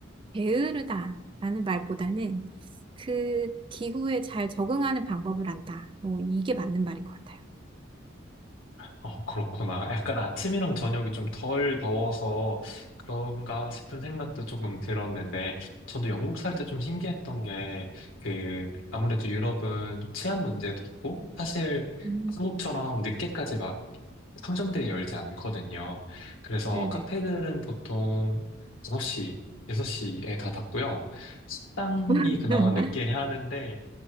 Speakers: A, on the right; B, on the left.
A: 게으르다라는 말보다는 그 기후에 잘 적응하는 방법을 안다. 뭐 이게 맞는 말인 것 같아요.
B: 어, 그렇구나. 약간 아침이랑 저녁이 좀 덜 더워서 그런가 싶은 생각도 조금 들었는데, 저도 영국 살 때 좀 신기했던 게, 그, 아무래도 유럽은 치안 문제도 있고, 사실
A: 음,
B: 한국처럼 늦게까지 막 상점들이 열지 않거든요. 그래서
A: 네네.
B: 카페들은 보통 다섯 시 6시에 다 닫고요. 식당이
A: <laughs>
B: 그나마 늦게 해야 하는데,